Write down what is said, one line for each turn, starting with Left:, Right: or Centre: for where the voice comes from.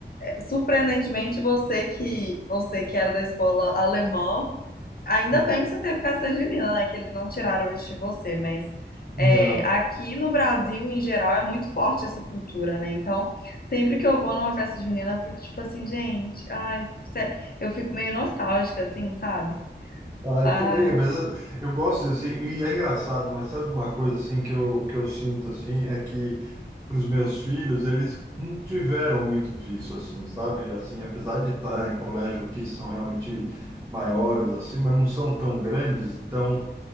Left: Surpreendentemente, você que você que era da escola alemã, ainda
Right: Ah,
Left: bem que você teve festa junina, né? Que eles não tiraram isso de você, mas
Right: Não.
Left: é, aqui no Brasil, em geral, é muito forte essa cultura, né? Então, sempre que eu vou numa festa junina, eu fico tipo assim, gente, ai, sé- eu fico meio nostálgica, assim, sabe?
Right: Ah, eu
Left: Ai,
Right: também, mas eu, eu gosto assim, e é engraçado, mas sabe uma coisa assim que eu, que eu sinto assim, é que para os meus filhos, eles não tiveram muito disso assim, sabe? Assim, apesar de estar em colégio que são realmente maiores assim, mas não são tão grandes, então